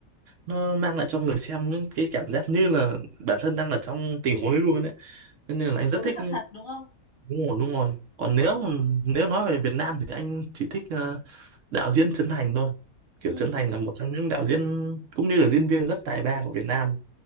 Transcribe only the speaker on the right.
nó mang lại cho người xem những cái cảm giác như là bản thân đang ở trong tình huống ấy luôn đấy Thế nên là anh rất
thích
đúng rồi đúng rồi còn nếu nếu nói về Việt Nam thì anh chỉ thích ờ, đạo diễn Trấn Thành thôi kiểu
Trấn Thành là một trong những đạo diễn cũng như là diễn viên rất tài ba của Việt Nam